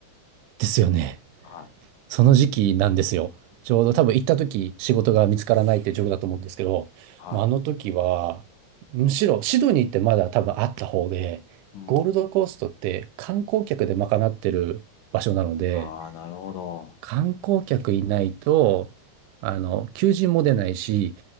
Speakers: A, on the right (about 85°); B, on the left (about 80°).
A: ですよね。
B: もん。はい。
A: その時期なんですよ。ちょうど多分行った時、仕事が見つからないって状況だと思うんですけど、
B: は
A: もうあの時は、むしろシドニーってまだ多分あった方で、
B: い。うん。
A: ゴールドコーストって観光客で賄ってる場所なので、
B: ああ、なるほど。
A: 観光客いないと、あの、求人も出ないし、